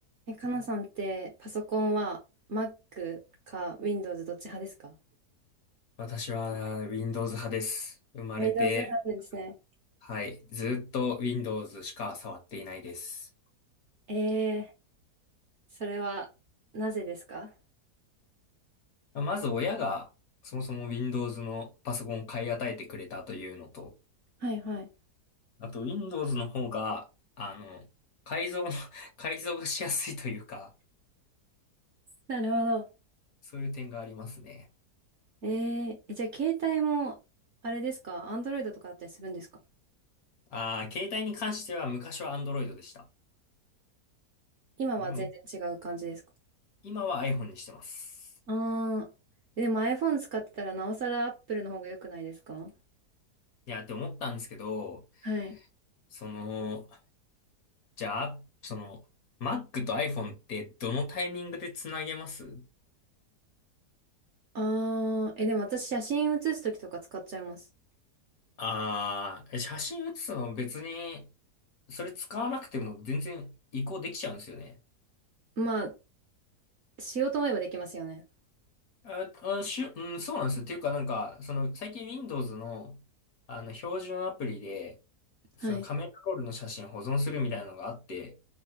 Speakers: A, on the right (about 60°); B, on the left (about 65°).
A: え、かなさんってパソコンは Mac か Windows どっち派ですか
B: 私は Windows 派です。生まれて、
A: Windows 派なんですね。
B: はい、ずっと Windows しか触っていないです。
A: ええそれはなぜですか
B: まず親がそもそも Windows のパソコンを買い与えてくれたというのと、
A: はいはい。
B: あと Windows の方が、あの、改造の <laughs> 改造がしやすいというか、
A: なるほど。
B: そういう点がありますね。
A: えーえ、じゃあ携帯もあれですか Android とかだったりするんですか
B: ああ、携帯に関しては昔は Android でした。
A: 今は全然違う感じですか
B: でも今は iPhone にしてます。
A: ああー、でも iPhone 使ってたらなおさら Apple の方が良くないですか
B: いや、って思ったんですけど、
A: はい。
B: その、じゃあ、その、Mac と iPhone ってどのタイミングでつなげます
A: ああ、え、でも私写真写すときとか使っちゃいます。
B: ああー、写真写すの別に、それ使わなくても全然移行できちゃうんですよね。
A: まあ、しようと思えばできますよね。
B: あ、あ、しゅ、うん、そうなんですよ。っていうかなんか、その、最近 Windows の、あの、標準アプリで、
A: はい。
B: そのカメラロールの写真保存するみたいなのがあって、